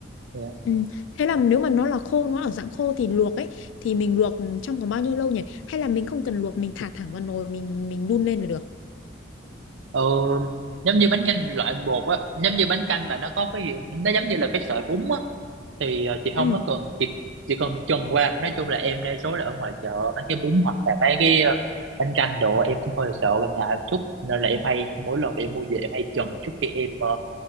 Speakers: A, on the right; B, on the left.
A: Dạ.
B: Ừ. Thế là nếu mà nó là khô, nó ở dạng khô thì luộc ấy thì mình luộc trong vòng bao nhiêu lâu nhỉ? Hay là mình không cần luộc, mình thả thẳng vào nồi mình mình đun lên là được.
A: Ờ, giống như bánh canh loại bột á giống như bánh canh mà nó có cái gì nó giống như là cái sợi bún á thì ờ, chị
B: Ừ.
A: không có cần chị chỉ cần trần qua nói chung là em đa số là ở ngoài chợ mấy cái bún hoặc là mấy cái ờ, bánh canh đồ em cũng hơi sợ và ngại một chút nên là em hay mỗi lần để em mua về em hay trần trước khi em ờ,